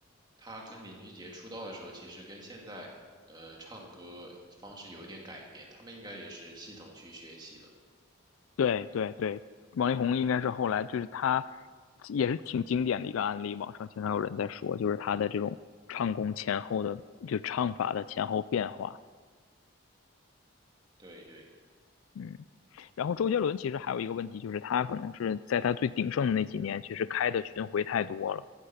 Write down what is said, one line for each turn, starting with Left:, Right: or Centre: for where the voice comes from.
Right: 他跟林俊杰出道的时候，其实跟现在呃唱歌方式有一点改变，他们应该也是系统去学习的。
Left: 对对对，王力宏应该是后来就是他也是挺经典的一个案例，网上经常有人在说，就是他的这种唱功前后的就唱法的前后变化。
Right: 对对，
Left: 嗯，然后周杰伦其实还有一个问题，就是他可能是在他最鼎盛的那几年，其实开的巡回太多了，